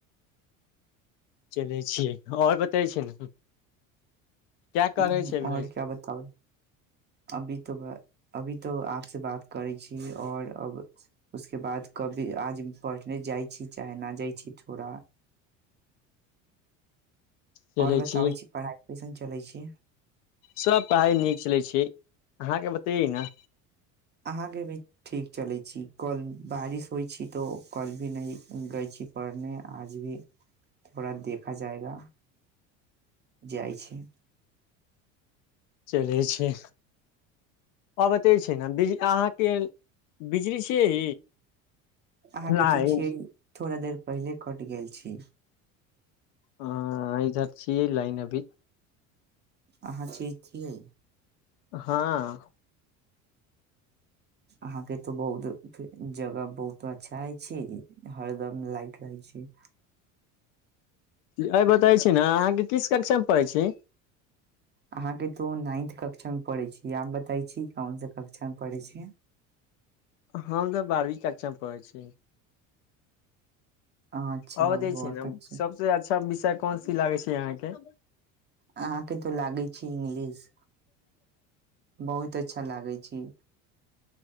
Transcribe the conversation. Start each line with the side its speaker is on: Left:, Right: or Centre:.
Left: चलै छियै आओर बतै छै ने क्या
Right: ह
Left: करै छै
Right: आओर
Left: भाय
Right: क्या बताबै अभी तऽ अभी तो आपसँ बात करै छी और अब उसके बाद कभी आज पढ़ने जाइ छी चाहे न जाइ छी थोड़ा
Left: चलै
Right: आओर बताबै
Left: छियै
Right: छी पढ़ाइ कैसन चलै छिय
Left: सभ पढ़ाइ नीक चलैत छै अहाँके बतैैय ने
Right: अहाँके भी ठीक चलै छी कल बारिश होइ छी तो कल भी नहिह गई छी पढ़ने आज भी थोड़ा देखा जायगा जाइ छी
Left: चलै छै आ बते छै ने बिज अहाँके बिजली छियै
Right: अहाँके
Left: लाइन
Right: तो छियै थोड़ा देर पहिले कटि गेल छी
Left: ह इधर छियै लाइन अभी
Right: अहाँ च छियै
Left: हँ
Right: अहाँके तो बहुत जगह बहुत अच्छा हइ छै हरदम लाइट रहै छै
Left: अ बताै छी ने अहाँके किस कक्षामे पैढ़ छी
Right: अहाँके तो नाइन्थ कक्षा मे पढ़ै छी आब बताै छी कोउन स कक्षामे पढ़ै छी
Left: हमँ तऽ बारवी कक्षाचामे पैढ़ छी
Right: अच्छा
Left: आ त
Right: बहुत
Left: छै ने
Right: अच्छा
Left: सबसँ अच्छा सब विषय क कोन सी लागे छै यहाँके
Right: अहाँके त लागे छै इंग्लिश बहुत अ अच्छा लागै छी